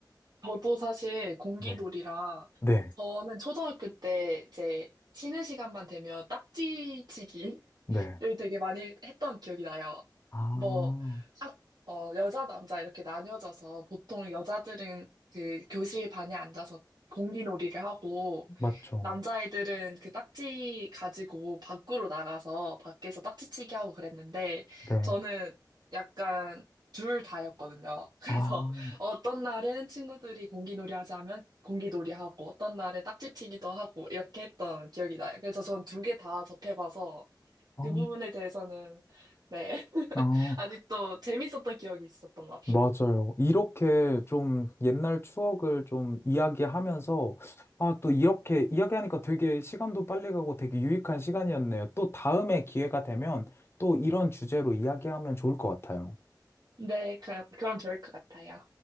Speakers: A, on the right; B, on the left.
A: 저도 사실 공기놀이라
B: 네. 네.
A: 저는 초등학교 때 이제 쉬는 시간만 되면 딱지치기
B: 네.
A: 를 되게 많이 했던 기억이 나요.
B: 아,
A: 뭐, 학, 어, 여자, 남자 이렇게 나뉘어져서 보통 여자들은 그 교실 반에 앉아서 공기놀이를 하고,
B: 맞죠.
A: 남자애들은 그 딱지 가지고 밖으로 나가서 밖에서 딱지치기 하고 그랬는데,
B: 네.
A: 저는 약간 둘 다였거든요. 그래서
B: 아,
A: <laughs> 어떤 날은 친구들이 공기놀이 하자면 공기놀이 하고, 어떤 날은 딱지치기도 하고, 이렇게 했던 기억이 나요. 그래서 전 두 개 다 접해봐서,
B: 아,
A: 그 부분에 대해서는, 네. <laughs>
B: 아.
A: 아직도 재밌었던 기억이 있었던 것 같아요.
B: 맞아요. 이렇게 좀 옛날 추억을 좀 이야기하면서, 아, 또 이렇게 이야기하니까 되게 시간도 빨리 가고 되게 유익한 시간이었네요. 또 다음에 기회가 되면 또 이런 주제로 이야기하면 좋을 것 같아요.
A: 네, 그, 그럼 좋을 것 같아요.